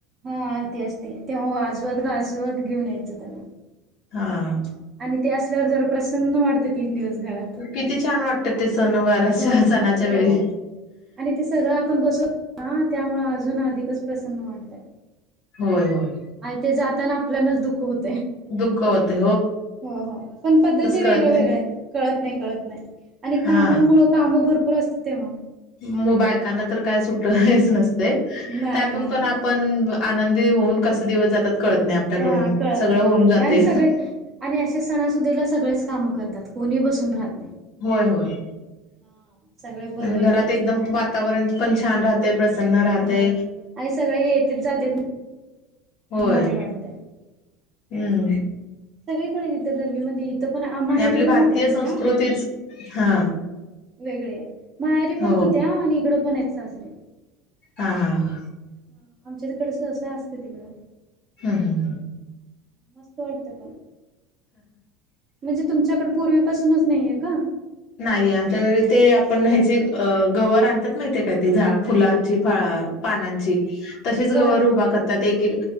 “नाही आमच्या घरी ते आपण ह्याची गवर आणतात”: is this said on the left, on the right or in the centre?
Left